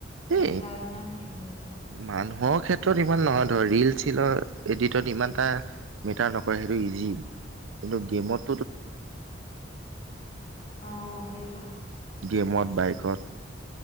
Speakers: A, on the right; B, on the left.
A: এ
B: এগাল মান হেৰি হৈ যায়
A: মানুহৰ ক্ষেত্ৰত ইমান নহয় ধৰ, ৰিল চিলৰ এডিটত ইমান এটা মেটাৰ নকৰে সেইটো ইজি, কিন্তু গেমত
B: অ' সেইটোৱে।
A: গেমত, বাইকত।